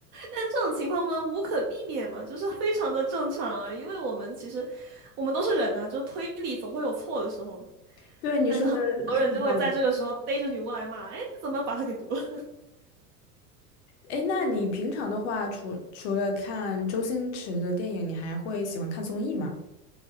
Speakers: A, on the right; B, on the left.
A: 但这种情况我们无可避免嘛，就是非常的正常啊，因为我们其实我们都是人呢、就推理总会有错的时候，
B: <laughs> 对，你说的很有道理。
A: 但是很多人就会在这个时候逮着女巫来骂，哎，你怎么把她给毒了？
B: 哎，那你平常的话，除除了看周星驰的电影，你还会喜欢看综艺吗？<laughs>